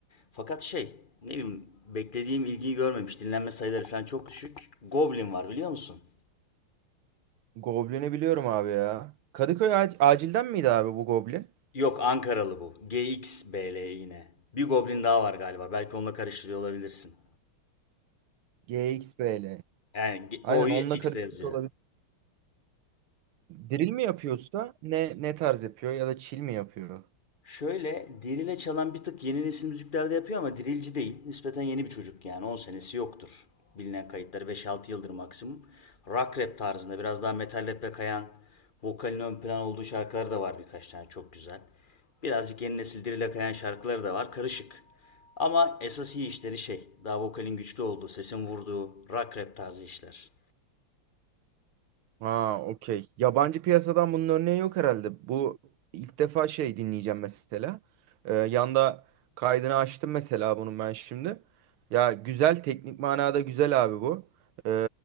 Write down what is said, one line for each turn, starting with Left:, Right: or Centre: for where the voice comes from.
Left: Fakat şey, ne bileyim beklediğim ilgiyi görmemiş. Dinlenme sayıları falan çok düşük. Goblin var biliyor musun?
Right: Goblin'i biliyorum abi ya. Kadıköy ac- acilden miydi abi bu Goblin?
Left: Yok Ankaralı bu. G X B GXBL yine. Bir Goblin daha var galiba. Belki onunla karıştırıyor olabilirsin.
Right: G X B L
Left: Yani G-
Right: Aynen
Left: O'yu
Right: onunla
Left: X'le
Right: karıştırıyor
Left: yazıyor.
Right: olabilir. Drill mi yapıyor usta? Ne ne tarz yapıyor ya da chill mi yapıyor?
Left: Şöyle Diril'e çalan bir tık yeni nesil müziklerde yapıyor ama Dirilci değil. Nispeten yeni bir çocuk yani 10 senesi yoktur. Bilinen kayıtları beş altı yıldır maksimum. Rock rap tarzında biraz daha metal rap'e kayan vokalin ön plan olduğu şarkıları da var birkaç tane çok güzel. Birazcık yeni nesil Diril'e kayan şarkıları da var karışık. Ama esas iyi işleri şey daha vokalin güçlü olduğu, sesin vurduğu rock rap tarzı işler.
Right: Ha, okey. Yabancı piyasadan bunun örneği yok herhalde. Bu ilk defa şey dinleyeceğim mesela. Ee, yanda kaydını açtım mesela bunun ben şimdi. Ya güzel teknik manada güzel abi bu. Ee,